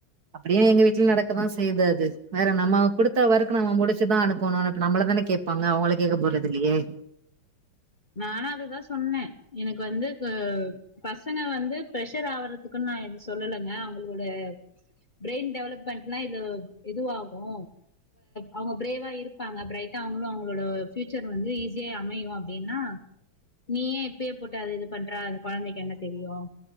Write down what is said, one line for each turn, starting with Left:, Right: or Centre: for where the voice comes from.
Right: அப்டியே எங்க வீட்ல நடக்கதா செய்யுது அது வேற நம்ம கொடுத்த ஒர்க் நம்ம முடிச்சுதா அனுப்ப நம்மள தான கேப் பாங்க அவங்கள கேக்க போறதில்லையே
Left: நானு அததா சொன்ன எனக்கு வந்து பசங்க வந்து பிரஷர் ஆவறதுக்குன்னு நா இது சொல்லலங்க அவங்களோட பிரெயின் டெவலப்மெண்ட்னா இது இதுவாகு அவங்க பிரேவா இருப்பாங்க பிரைட்டா அவங்களு அவங்களோட ஃபியூச்சர் வந்து ஈஸியா அமையு அப்டின்னா நீயே இப்பவே போட்டு இது பண்ற அந்த கொழந்தைக்கு என்ன தெரியு